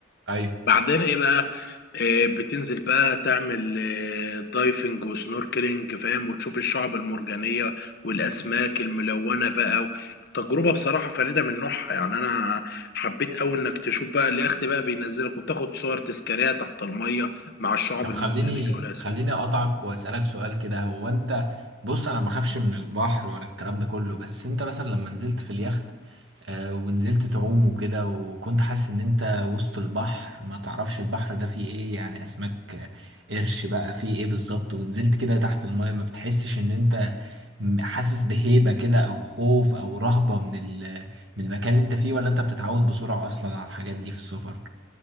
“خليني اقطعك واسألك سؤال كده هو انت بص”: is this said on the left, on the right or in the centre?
Right